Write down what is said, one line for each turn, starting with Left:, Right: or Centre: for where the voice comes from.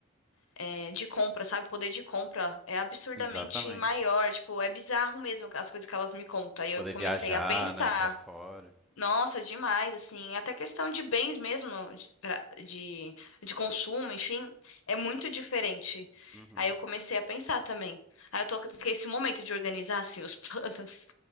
Left: eh, de compra, sabe? O poder de compra é absurdamente
Centre: Exatamente.
Left: maior, tipo, é bizarro mesmo as coisas que elas me contam. E eu
Centre: Poder
Left: comecei
Centre: viajar,
Left: a pensar
Centre: né, pra fora.
Left: Nossa, demais, assim, até questão de bens mesmo, de, pra- de, de consumo, enfim, é muito diferente.
Centre: Uhum.
Left: Aí eu comecei a pensar também. Aí eu tô com esse momento de organizar, assim, os <laughs> planos.